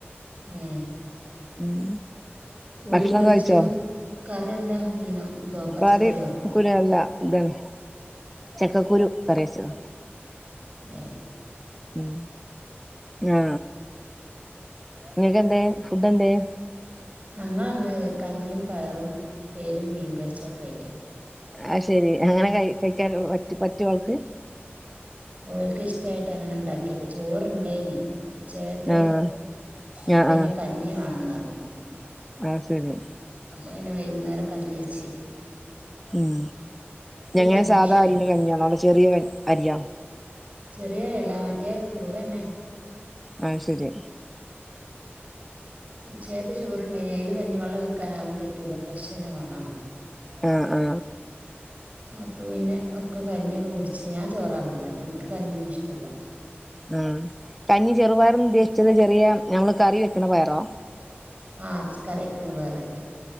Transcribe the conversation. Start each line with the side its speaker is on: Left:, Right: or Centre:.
Right: ഏ
Centre: ഉം
Right: കോഴി
Centre: ഭക്ഷണം
Right: പൊരിച്ചതും
Centre: കഴിച്ചോ
Right: കറി എന്താ മീനോ ഇതോ പച്ചക്കറിയോ
Centre: പാതി കുരു അല്ല ന്താണ് ചക്കക്കുരു കറിവെച്ചത്
Right: എ
Centre: ഉം അ നിനക്കെന്തേ ഫുഡ് എന്തേ
Right: ഞങ്ങന്ന് കഞ്ഞിയും പയറും പേരും മീൻപൊരിച്ചതൊക്കായിട്ട്
Centre: ആ ശെരി അങ്ങനെ ക കഴിക്കാൻ പറ്റുവോൾക്ക്
Right: ഓൾക്ക് ഇഷ്ടയിട്ടങ്ങനെ ഉണ്ടാക്കിയത് ചോറൊണ്ടേനി ഉച്ചയത്തേ
Centre: ആഹ്
Right: അപ്പൊന്നെ
Centre: ആഹ്
Right: കഞ്ഞി വേണോന്ന് പറഞ്ഞു
Centre: ആ ശരി
Right: അപ്പൊ പിന്നെ വൈകുന്നേരം കഞ്ഞിവെച്ച്
Centre: ഉം ങ്ങടെ
Right: കഞ്ഞി
Centre: സാധാഅരീന്റെ
Right: ഇഷ്ടാ
Centre: കഞ്ഞിയാണോ അതോ ചെറിയ അരി ആണോ
Right: ചെറിയെല്ലാ മറ്റേ കുറുവ്തന്നെ
Centre: അ ശെരി
Right: ഉചെക്കത്തെ ചോറുണ്ടേനേല് അയില് കഞ്ഞി വെള്ള ഒഴിക്കാനാ ഒന്നും പറ്റൂല്ല ഫ്രഷന്നെ വേണോന്ന്
Centre: ആ ആ
Right: അപ്പൊ പിന്നെ ഒക്കെ കഞ്ഞിയൊക്കെ കുടിച്ച് ഞാൻ ചോറാ തിന്നാ എനിക്ക് കഞ്ഞിയൊന്നുയിഷ്ടല്ലാ
Centre: ഉം കഞ്ഞി ചെറുപയറുന്നുദ്ദേശിച്ചത് ചെറിയ ഞമ്മളുകറി വെക്കണ പയറോ
Right: ആ ഇജ് കറിവെക്കണ പയറ്